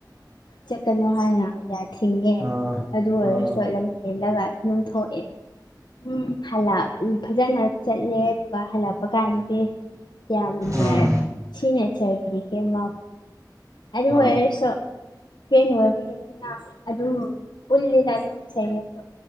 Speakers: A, on the left; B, on the right.
A: ꯆꯠꯀꯅꯨ ꯍꯥꯏꯅ ꯌꯥ ꯊꯤꯡꯉꯦ
B: ꯑꯥ
A: ꯑꯗꯨ ꯑꯣꯏꯔꯁꯨ
B: ꯑꯥ ꯑꯣ
A: ꯂꯝ ꯍꯦꯜꯂꯒ ꯑꯗꯨꯝ ꯊꯣꯛꯑꯦ ꯎꯝ ꯍꯜꯂ ꯐꯖꯅ ꯆꯠꯂꯦ ꯑꯗꯨꯒ ꯍꯜꯂꯛꯄ ꯀꯥꯟꯝꯗꯤ ꯌꯥꯝꯅ
B: ꯑꯥ
A: ꯁꯤꯤꯅꯆꯕꯅꯤ ꯍꯦ ꯃꯥ ꯑꯅꯤ ꯍꯋꯁ
B: ꯑꯥ
A: ꯐꯦꯟ ꯑꯣꯏꯕꯒꯤꯅꯤꯅ ꯑꯗꯨꯝ ꯄꯨꯜꯂꯤꯗ ꯑꯗꯨꯝꯉꯣ